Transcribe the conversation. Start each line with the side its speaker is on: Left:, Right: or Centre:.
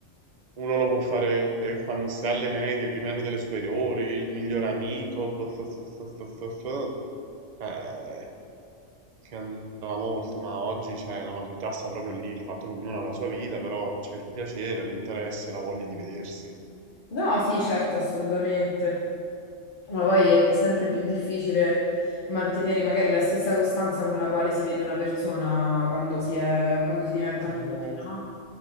Right: Uno lo può fare quando si è alle medie, i primi anni delle superiori, il miglior amico, bo- so- so- so- so- so- so. Eh, che andava molto, ma oggi cioè, la maturità sta proprio lì, il fatto che ognuno ha la sua vita, però c'è il piacere, l'interesse, la voglia di vedersi.
Left: No, sì, certo, assolutamente. Ma poi è sempre più difficile mantenere magari la stessa costanza con la quale si vede una persona quando si è, quando si diventa
Right: Eh,
Left: adulti, no?